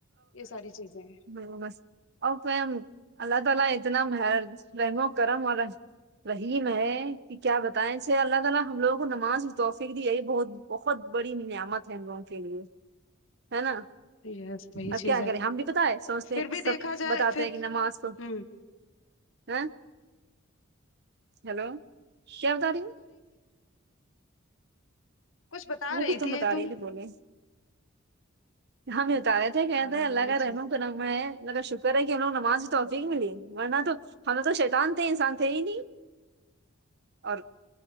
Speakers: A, on the left; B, on the right.
A: یہ ساری چیزیں ہیں
B: میں وہ بس اور فہم اللہ تعالی اتنا مہر رحم و کرم اور وہی میں کہ کیا بتائیں سے اللہ تعالی ہم لوگوں کو نماز کی توفیق دی ہے یہی بہت بہت بڑی نعمت ہے ہم لوگوں کے لیے ہے نا
A: یس وہی
B: اب
A: چیز
B: کیا
A: ہے
B: کریں ہم بھی بتائے سوچتے
A: پھر
B: ہیں
A: بھی
B: سب
A: دیکھا جائے
B: بتاتے
A: پھر
B: ہیں کہ نماز کو
A: ہوں
B: ہیں ہیلو کیا بتا رہی
A: کچھ بتا
B: نہیں
A: رہی
B: کچھ
A: تھی
B: بتا
A: تم
B: رہی بولے ہم یہ بتارے تھے کہتے
A: ہاں
B: ہیں اللہ
A: وہی
B: کا رحم
A: چیز
B: و کرم میں اللہ کا شکر ہے کہ ہم لوگوں کو نماز کی توفیق ملی ہے ورنہ تو ہم لوگ تو شیطان تھے انسان تھے ہی نہیں اور